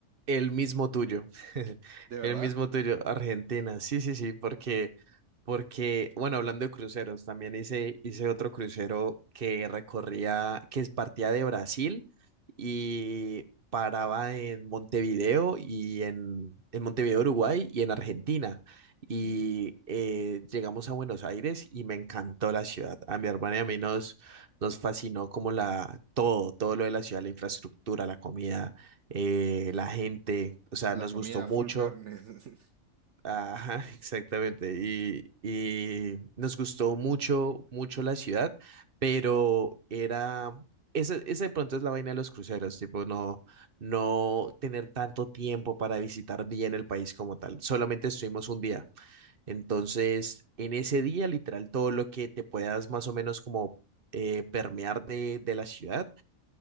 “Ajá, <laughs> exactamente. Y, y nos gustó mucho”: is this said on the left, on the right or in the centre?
Right